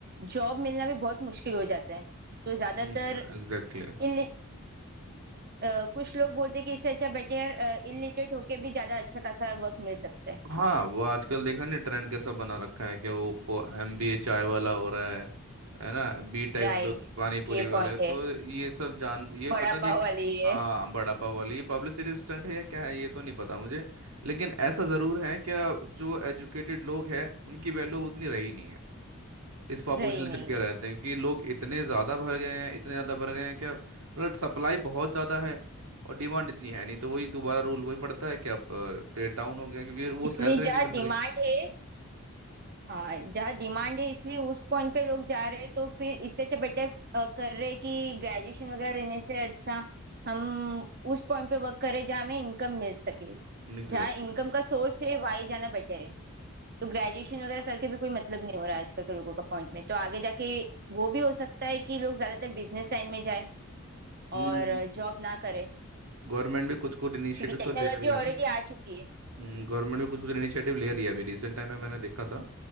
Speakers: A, on the right; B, on the right.
A: जॉब मिलना भी बहुत मुश्किल हो जाता है तो ज्यादातर
B: हम्म एग्जैक्टली
A: इल कुछ लोग बोलते हैं कि इससे अच्छा बेटर इलिटरेट होके भी ज्यादा अच्छा खासा वर्क मिल सकता है
B: हाँ वो आजकल देखा नहीं ट्रेंड कैसा बना रखा है कि वो एम बी ए चाय वाला हो रहा है है ना बी टेक
A: राइट
B: पानी
A: ये
B: पूरी वाले
A: पॉइंट
B: तो
A: है
B: ये सब जान ये
A: बड़ा
B: पता नहीं
A: पाव
B: एक-
A: वाली ये
B: हाँ बड़ा पाव वाली ये पब्लिसिटी स्टंट है या क्या है ये तो नहीं पता मुझे लेकिन ऐसा जरूर है कि जो एजुकेटेड लोग हैं उनकी वैल्यू अब उतनी रही नहीं इस पॉपुलेशन
A: रही नहीं
B: के रहते
A: है
B: हैं क्योंकि लोग इतने ज़्यादा भर गए हैं इतने ज़्यादा भर गए हैं क्या मतलब सप्लाई बहुत ज़्यादा है और डिमांड इतनी है नहीं तो वही दोबारा रूल वही पड़ता है कि अब रेट डाउन हो गया क्योंकि वो
A: इसलिए
B: सैलरी नहीं
A: जहाँ
B: मिल
A: डिमांड
B: रही
A: है हाँ जहाँ डिमांड है इसलिए उस पॉइंट पे लोग जा रहे हैं तो फिर इससे अच्छा बेटर कर रहे हैं कि ग्रेजुएशन वगैरह लेने से अच्छा हम उस पॉइंट पे वर्क करें जहाँ हमें इनकम मिल सके
B: एग्जैक्टली
A: जहाँ इनकम का सोर्स है वहीं जाना बेटर है तो ग्रेजुएशन वगैरह करके भी कोई मतलब नहीं हो रहा है आजकल के लोगों का पॉइंट में तो आगे जाके वो भी हो सकता है कि लोग ज्यादातर बिजनेस लाइन में जाए
B: हम्म
A: और जॉब ना करे
B: गवर्नमेंट भी कुछ कुछ इनिशिएटिव
A: क्योंकि टेक्नोलॉजी
B: तो ले रही है
A: ऑलरेडी
B: ना
A: आ चुकी है
B: हम्म गवर्नमेंट भी कुछ कुछ इनिशिएटिव ले रही है अभी रिसेंट टाइम में मैंने देखा था